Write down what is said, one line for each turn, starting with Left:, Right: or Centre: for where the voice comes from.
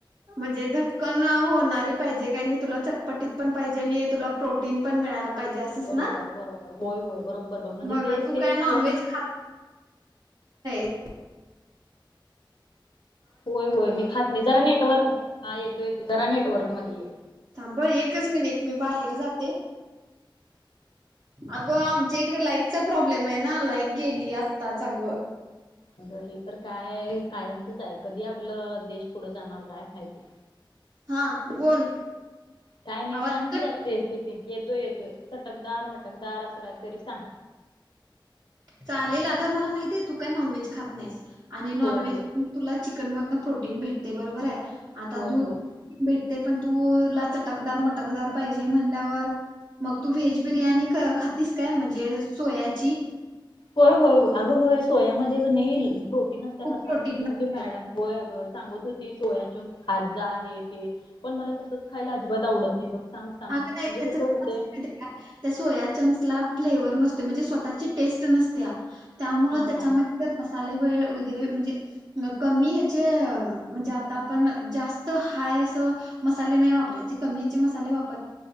Right: म्हणजे झटकन होणारी पाहिजे, काय मी तुला चट पटीत पण पाहिजे आणि तुला प्रोटीन पण मिळायला पाहिजे असेच
Left: बरोबर
Right: ना
Left: बरोबर होय होय बरोबर बघ म्हणजे
Right: मग
Left: तेच
Right: तू
Left: तेच
Right: काय नॉनव्हेज
Left: खाउन
Right: ट. <inaudible>
Left: होय होय मी खात नाही जरा नेटवर्क हा येतो येतो जरा नेटवर्क मध्ये ये.
Right: थांब एकच मिनिट मी बाहेर जाते अगं आमच्या इकड लाईटचा प्रॉब्लेमे ना लाईट गेली आताच अगं.
Left: म्हल हे तर काय कायमचच आहे कधी आपलं देश पुढे जाणार काय माहिती
Right: हा बोल
Left: काय नाही
Right: आवाज
Left: सांग की जरा रेसिपी येतोय येतोय चटकदार मटकदार असं काहीतरी सांग
Right: चालेल आता मला माहिती आहे तू काय नॉनव्हेज खात नाहीस आणि नॉनव्हेज
Left: होय होय
Right: तुला चिकन मदनं प्रोटीन भेटते बरोबर आहे आता
Left: होय
Right: दूध
Left: होय
Right: भेट ते पण तू ला चटकदार मटकदार पाहिजे म्हणल्यावर मग तू व्हेज बिर्याणी खातीस काय म्हणजे सोयाची
Left: होय होय होय अगं होय सोयामध्ये कनी नसतात
Right: खूप
Left: असं
Right: प्रोटीन
Left: आमची जिम
Right: असते
Left: ची मॅडम होय आग सांगत सोयाच्या खाजा आहे ते पण मला तसच खायला अजिबात आवडत नाही बघ सांग सांग
Right: अग नाही
Left: म्हणजे
Right: त्याच
Left: कसं होतंय
Right: का त्या सोया चंक्स ला फ्लेवर नसत म्हजे स्वतःची टेस्ट नसत्या त्यामुळे
Left: हा
Right: त्याच्यामधे
Left: हा
Right: मसाले ज मसाले वेळ वगैरे म्हणजे कमी हेचे म्हणजे आता आपण जास्त हाय असे मसाले नाही वापरायचे कमी हेचे मसाले वापरायचे